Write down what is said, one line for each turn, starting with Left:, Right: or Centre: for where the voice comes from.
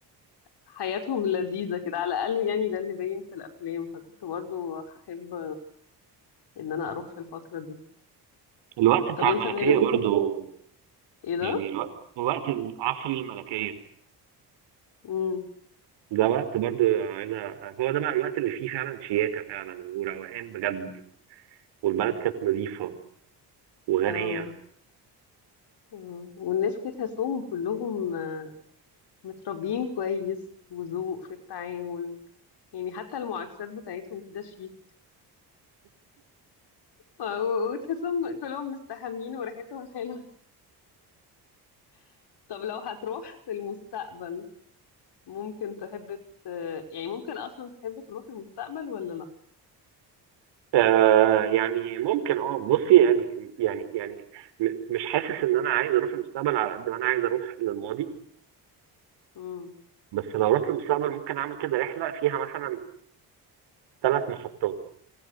Left: حياتهم لذيذه كده على الاقل يعني ده اللي باين في الافلام فكنت برضو هحب ان انا اروح في الفتره دي
Right: الوقت بتاع
Left: طب انت
Right: الملكية
Left: غير ال...
Right: برضو
Left: ايه ده
Right: يعني الوقت وقت العصر الملكية
Left: امم
Right: ده وقت برضو عايز أ- هو ده بقى الوقت اللي فيه فعلا شياكة فعلا وروقان بجد والبلد كانت نظيفة وغنية
Left: امم مم. والناس كده تحسهم كلهم آه، متربيين كويس وذوق في التعامل يعني حتى المعاكسات بتاعتهم كده شيك و- وتحسهم كلهم مستحمين وريحتهم حلوة <laughs> طب لو هتروح في المستقبل ممكن تحب ت... يعني ممكن أصلا تحب تروح المستقبل ولا لأ؟
Right: آه يعني ممكن اه بصي يعني يعني يعني م- مش حاسس ان انا عايز اروح المستقبل على قد ما انا عايز اروح للماضي
Left: مم.
Right: بس لو رحت للمستقبل ممكن اعمل كده رحلة فيها مثلا ثلاث محطات